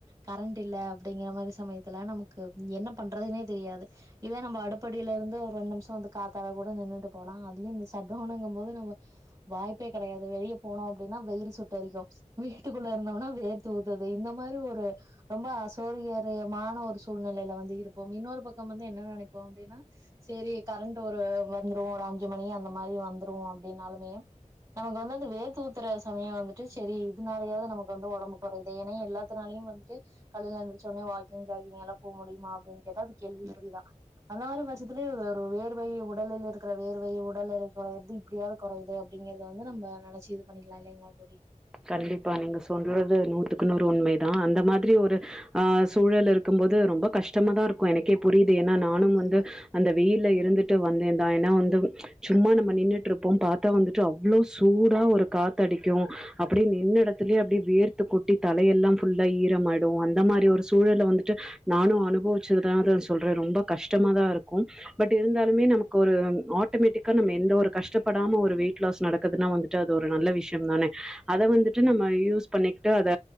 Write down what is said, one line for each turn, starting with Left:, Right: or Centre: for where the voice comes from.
Right: கரண்ட் இல்ல அப்டிங்கிற மாரி சமயத்துல நமக்கு என்ன பண்றதுனே தெரியாது இத நம்ப அடுப்படில இருந்து ஒரு ரெண் நிம்ஷோ வந்து காத்தாட கூட நின்னுட்டு போலா அதுலயு இந்த சட்டவுனுங்கும் போது நம்ப வாய்ப்பே கெடையாது வெளிய போனோ அப்டின்னா வெயில் சுட்டெரிக்கு வீட்டுக்குள்ள இருந்தொம்னா வேர்த்து ஊத்துது இந்த மாரி ஒரு ரொம்ப அசோரியரியமான ஒரு சூழ்நெலைல வந்து இருப்போம் இன்னொரு பக்கம் வந்து என்ன ந னெப்போ அப்டின்னா சேரி கரண்ட் ஒரு வந்துரு ஒரு அஞ்சு மணி அந்த மாரி வந்துரு அப்டின்னாலுமே நமக்கு வந்து அந்த வேத்து ஊத்துற சமயொ வந்துட்டு சேரி இதுனாலயாவ்து நமக்கு வந்து ஒடம்பு கொறையுதே ஏனா எல்லாத்துனாலயும் வந்துட்டு காலைல எந்துருச்சோன்னெ வாக்கிங் ஜாகிங் எல்லா போ முடிமா அப்டின் கேட்டா அது கேள்வி குறிதா அந்த மாரி பச்சத்துலயே ஒரு வேர்வை உடலில் இருக்கிற வேர்வை உடல் எடை கொறயிறது இப்டியாது கொறயிதே அப்டிங்கிறத வந்து நம்ப நெனச்சு இது பண்ணிக்கலா இல்லைங்ளா தோழி
Centre: கண்டிப்பா நீங்க சொல்றது நூத்துக்கு நூறு உண்மைதா அந்த மாதிரி ஒரு ஆ சூழல் இருக்கும் போது ரொம்ப கஷ்டமா தா இருக்கு எனக்கே புரியிது ஏன்னா நானும் வந்து அந்த வெயில்ல இருந்துட்டு வந்தேந்தா என்னா வந்து சும்மா நம்ம நின்னுட்ருப்போம் பாத்தா வந்துட்டு அவ்ளோ சூ டா ஒரு காத்தடிக்கு நின்ன எடத்துலயே அப்டி வேர்த்து கொட்டி தலையெல்லா ஃபுல்லா ஈரமாயிடு அந்த மாரி ஒரு சூழல்ல வந்துட்டு நானு அனுபவிச்சதுனாதா சொல்றே ரொம்ப கஷ்டமா தா இருக்கு பட் இருந்தாலுமே நமக்கு ஒரு ஆட்டோமேட்டிக்கா நம்ம எந்த ஒரு கஷ்டப்படாம ஒரு வெயிட் லாஸ் நடக்குதுன்னா வந்துட்டு அது ஒரு நல்ல விஷ்யம் தானெ அத வந்துட்டு நம்ம யூஸ் பண்ணிக்கிட்டு அத